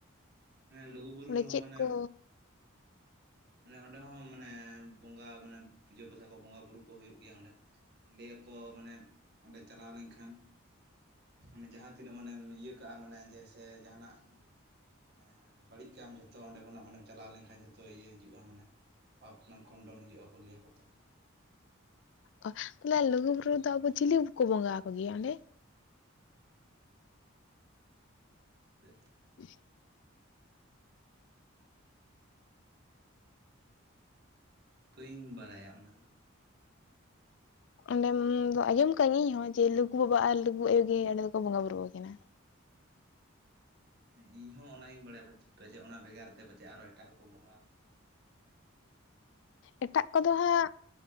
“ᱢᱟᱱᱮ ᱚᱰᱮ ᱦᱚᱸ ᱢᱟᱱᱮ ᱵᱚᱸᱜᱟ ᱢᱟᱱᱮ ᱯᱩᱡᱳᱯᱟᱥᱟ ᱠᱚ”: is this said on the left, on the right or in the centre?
Right